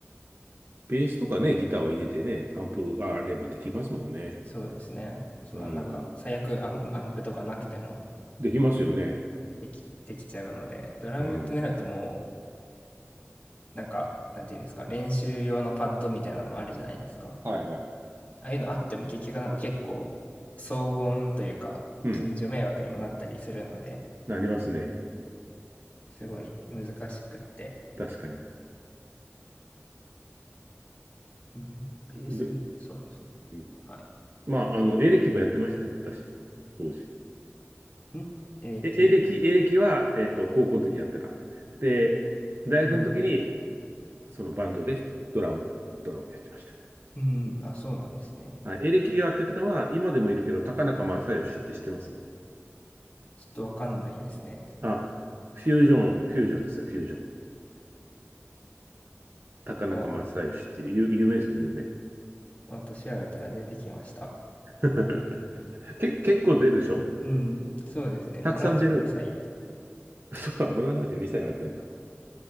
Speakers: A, on the right; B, on the left.
A: ベースとかね、ギターは家でね、アンプがあればできますもんね。
B: そうですね。そのなんか、
A: うん。
B: 最悪アン、アンプとかなくても
A: できますよね。
B: でき、できちゃうので、ドラムってなるとも
A: うん。
B: う、なんか、なんていうんですか、練習用のパッドみたいなのもあるじゃないですか。
A: はいはい。
B: ああいうのあっても結局なんか結構、騒音というか、
A: うん。
B: 近所迷惑にもなったりするので、
A: なりますね。
B: すごい難しくって。
A: 確かに。
B: うん、ベース、
A: で、
B: そうですね。
A: うん、
B: は
A: まあ、あの、エレキもやってましたよ、私。当時。
B: い。ん歴、
A: え、エレキ、エレキは、えっと、高校の時やってた。で、大学の時に
B: うん、
A: そのバンドでドラム、ドラムをやってまし
B: うん、あ、そうなんですね。
A: た。はい、エレキがやってたのは、今でもいるけど、高中正義って知ってます
B: ちょっとわかんないですね。ま
A: あ、フュージョン、フュージョンですよ、フュージョン。高中正義っていう、
B: あ、
A: 有有名ですよ、有名。
B: また調べたら出てきました。
A: <laughs> け、結構出るでしょ
B: うん、そうですね。
A: たくさん出る。
B: 72歳
A: <laughs> そうか、もう72歳にさいになってんだ。